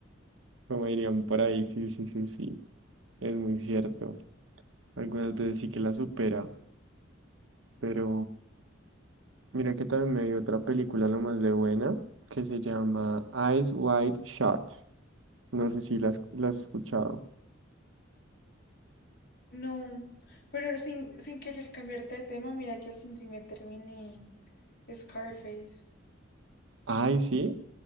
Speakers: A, on the right; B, on the left.
A: Como dirían por ahí, sí, sí, sí, sí. Es muy cierto. Algunas veces sí que la supera. Pero mira que también me vi otra película lo más de buena que se llama Eyes Wide Shut. No sé si la has, la has escuchado.
B: No, pero sin, sin querer cambiarte de tema, mira que al fin sí me terminé Scarface.
A: Ay, sí.